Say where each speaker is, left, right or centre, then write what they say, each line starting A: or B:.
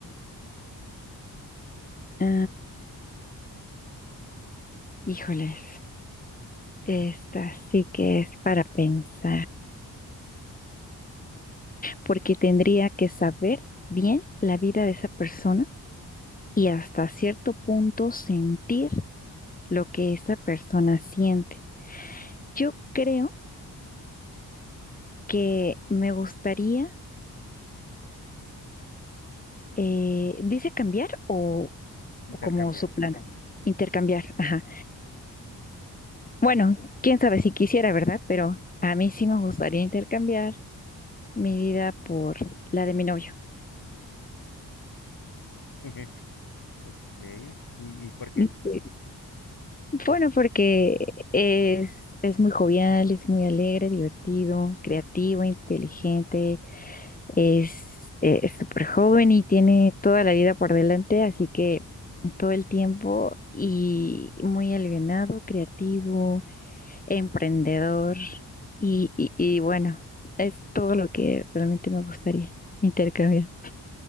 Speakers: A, on the left (about 20°); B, on the left (about 55°).
A: Ah,
B: Ujú,
A: híjoles. Esta sí que es para pensar, porque tendría que saber bien la vida de esa persona y hasta cierto punto sentir lo que esa persona siente. Yo creo que me gustaría, eh, dice cambiar o, o
B: Intercambiar.
A: como su plan, Intercambiar. Ajá. Bueno, quién sabe si quisiera, ¿verdad? Pero a mí sí me gustaría intercambiar mi vida por la de mi novio.
B: <laughs> Ok, ¿y, y por qué?
A: <laughs> Bueno, porque es, es muy jovial, es muy alegre, divertido, creativo, inteligente, es eh, es súper joven y tiene toda la vida por delante, así que todo el tiempo y muy alivianado, creativo, emprendedor y, y, y bueno, es todo lo que realmente me gustaría intercambiar.